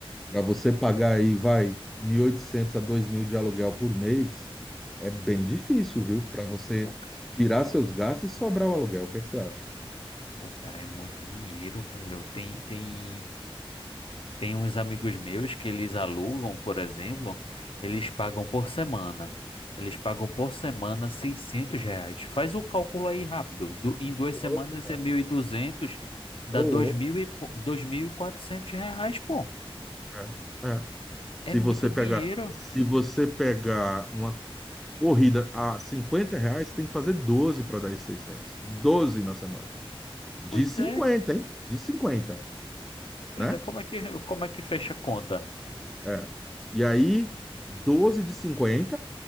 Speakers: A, in the centre; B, on the left.
A: Para você pagar
B: o,
A: aí, vai, 1.800 a 2.000 de aluguel por mês, é bem difícil, viu? Para você
B: o, ca-
A: tirar seus gastos e sobrar o aluguel. O que é que você acha?
B: o cara é muito dinheiro, velho. Tem, tem Tem uns amigos meus que eles alugam, por exemplo, eles pagam por semana. Eles pagam por semana 600 reais. Faz o cálculo aí rápido. Du- em duas
A: Ô
B: semanas
A: louco, mano.
B: é 1.200, dá
A: Ô louco.
B: dois mil e co- 2.400 reais, pô.
A: É, é. Se
B: É muito
A: você
B: dinheiro.
A: pegar, se você pegar uma corrida a 50 reais, você tem que fazer 12 para dar esses 600. 12 na semana. De
B: Pois
A: 50
B: é,
A: hein? De cinquenta
B: pois
A: né?
B: é. Como é que, como é que fecha a conta?
A: É. E aí, 12 de 50